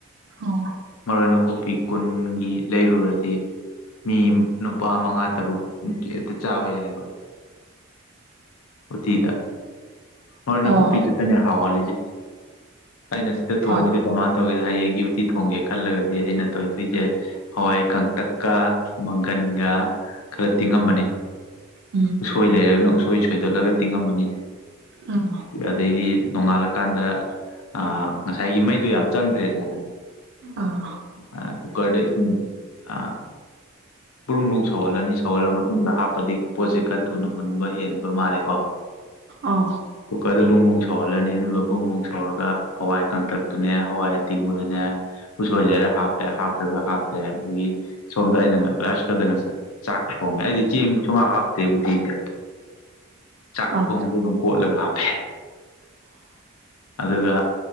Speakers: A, on the right; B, on the left.
A: ꯑꯣ
B: ꯃꯔꯨ ꯑꯣꯏꯅ ꯀꯨꯞꯄꯤ ꯀꯨꯟꯒꯤ ꯂꯩꯔꯨꯔꯗꯤ ꯃꯤ ꯅꯨꯄꯥ ꯃꯉꯥ ꯇꯔꯨꯛ ꯆꯥꯕ ꯌꯥꯏꯑꯕ ꯎꯊꯤꯗ ꯅꯣꯔ ꯅꯥꯀꯨꯞꯄꯤ
A: ꯑꯣ
B: ꯈꯛꯇꯅꯦ ꯍꯥꯎꯍꯜꯂꯤꯁꯦ ꯑꯩꯅ ꯁꯤꯗ ꯊꯣꯡꯕꯗꯤ
A: ꯍꯣꯏ
B: ꯀꯃꯥꯏꯅ ꯇꯧꯋꯤꯗꯣ ꯍꯌꯦꯡꯒꯤ ꯎꯇꯤ ꯊꯣꯡꯒꯦ ꯈꯜꯂꯒꯗꯤ ꯑꯩꯅ ꯇꯧꯗꯣꯏꯁꯦ ꯍꯋꯥꯏ ꯀꯪꯇꯛꯀ ꯃꯪꯒꯟꯒ ꯈꯔ ꯇꯤꯡꯉꯝꯕꯅꯤ
A: ꯎꯝ
B: ꯎꯁꯣꯏ ꯂꯩꯔꯒꯅ ꯎꯁꯣꯏ ꯁꯣꯏꯗꯠꯂꯒ ꯇꯤꯡꯉꯝꯃꯅꯤ
A: ꯎꯝ
B: ꯑꯗꯩꯗꯤ ꯅꯣꯡꯉꯥꯜꯂꯀꯥꯟꯗ ꯑ ꯉꯁꯥꯏꯒꯤ ꯃꯩꯗꯣ ꯌꯥꯝ ꯆꯪꯗ꯭ꯔꯦꯗꯅ
A: ꯑꯥ
B: ꯑ ꯀꯨꯀꯥꯔꯗ ꯏꯁꯤꯡ ꯑ ꯕ꯭ꯔꯨꯡ ꯕꯔꯨꯡ ꯁꯧꯍꯜꯂꯅꯤ ꯁꯧꯍꯜꯂ ꯃꯇꯨꯡꯗ ꯍꯥꯞꯄꯗꯤ ꯄꯣꯠꯁꯦ ꯈꯔ ꯊꯨꯅ ꯃꯨꯟꯕ ꯍꯦꯟꯕ ꯃꯥꯜꯂꯦꯀꯣ
A: ꯑꯥ
B: ꯀꯨꯀꯔꯗ ꯕꯨꯡ ꯕꯨꯡ ꯁꯧꯍꯜꯂꯅꯤ ꯑꯗꯨꯒ ꯕꯨꯡ ꯕꯨꯡ ꯁꯧꯔꯒ ꯍꯋꯥꯏ ꯀꯪꯇꯛꯇꯨꯅꯦ ꯍꯋꯥꯏ ꯑꯇꯤꯡꯕꯗꯨꯅꯦ ꯎꯁꯣꯏ ꯂꯩꯔ ꯍꯥꯞꯄꯦ ꯍꯥꯞꯇꯒ ꯍꯥꯞꯇꯦ ꯑꯗꯒꯤ ꯁꯣꯝꯗ ꯑꯩꯅ ꯉ ꯂꯥꯏꯁ ꯀꯨꯗ ꯉꯁꯥ ꯆꯥꯛ ꯍꯥ ꯍꯣꯡꯉꯦ ꯑꯩꯗꯤ ꯆꯦꯡ ꯁꯨꯡꯍꯥꯞ ꯍꯥꯞꯇꯦ ꯕꯨꯊꯤꯖꯦ ꯆꯥꯛ ꯑꯊꯣꯡꯕꯗꯨ
A: ꯑꯥ
B: ꯑꯗꯨꯝ ꯀꯠꯂꯒ ꯍꯥꯞꯄꯦ ꯑꯗꯨꯒ